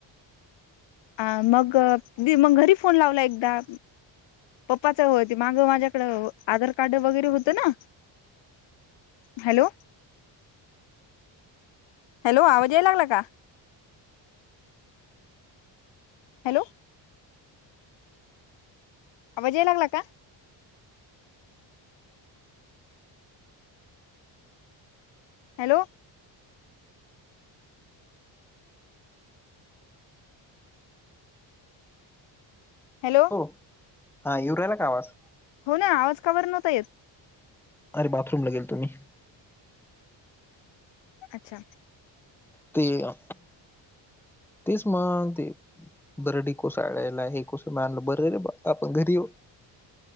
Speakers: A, on the left; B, in the centre.
A: आ मगं मी मग घरी फोन लावला एकदा पप्पाचं ते मागं माझ्याकडं आधार कार्ड वगैरे होतं ना हॅलो, हॅलो, आवाज यायला लागला का? हॅलो, आवाज यायला लागला का? हॅलो, हॅलो,
B: हो हा, येऊ राहिला का आवाज?
A: हो ना आवाज काबर नव्हता येत?
B: अरं बाथरूम ला गेलतो मी.
A: अच्छा,
B: ते अं तेच मंग ते बरडी कौसाडयला हे कस मानलं बर रे आपण घरी यो